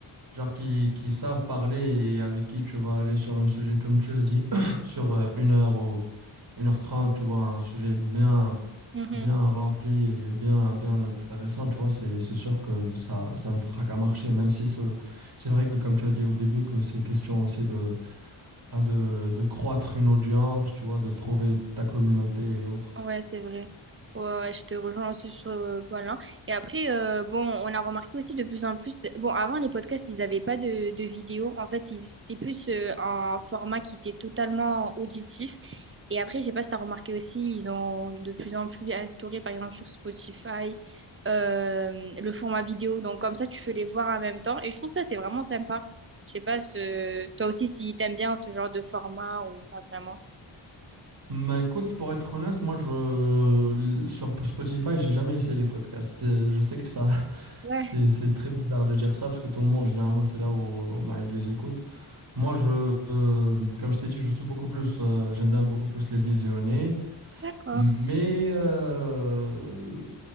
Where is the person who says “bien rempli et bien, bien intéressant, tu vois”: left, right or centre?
Right